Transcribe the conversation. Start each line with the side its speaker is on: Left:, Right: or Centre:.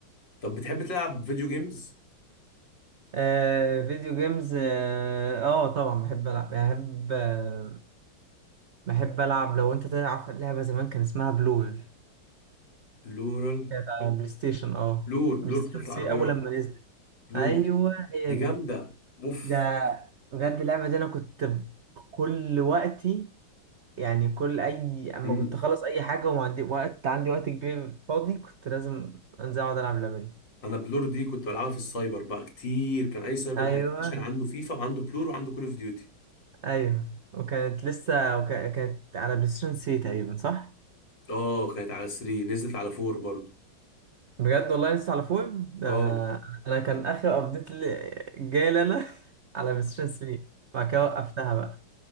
Left: طب بتحب تلعب فيديو جيمز
Right: آه فيديو جيمز اه آه، طبعا بحب العب يعني بحب آه بحب العب لو انت تعرف لعبه زمان كان اسمها بلور
Left: بلورال
Right: كانت على بلاي ستيشن اه
Left: بلور بلور
Right: بلاي ستيشن
Left: بتاعت
Right: 3
Left: العربيات
Right: اول لما نزلت
Left: بلور
Right: ايوه هي
Left: دي جامده
Right: دي
Left: اوف
Right: ده بجد اللعبة دي أنا كنت ب- كل وقتي يعني كل أي أما
Left: امم
Right: كنت أخلص أي حاجة وما عندي وقت عندي وقت كبير فاضي كنت لازم أنزل أقعد ألعب اللعبة دي
Left: انا بلور دي كنت بلعبها في السايبر بقى كتير كان اي سايبر
Right: أيوه
Left: بلاي ستيشن عنده فيفا وعنده بلور وعنده كول اوف ديوتي
Right: أيوه وكانت لسه وكانت على بلاي ستيشن 3 تقريبا صح؟
Left: اه كانت على 3 نزلت على 4 برضو
Right: بجد والله لسه على فوق ده
Left: اه
Right: أنا كان آخر أبديت اللي جاي لنا <laughs> على بلاي ستيشن 3 بعد كده وقفتها بقى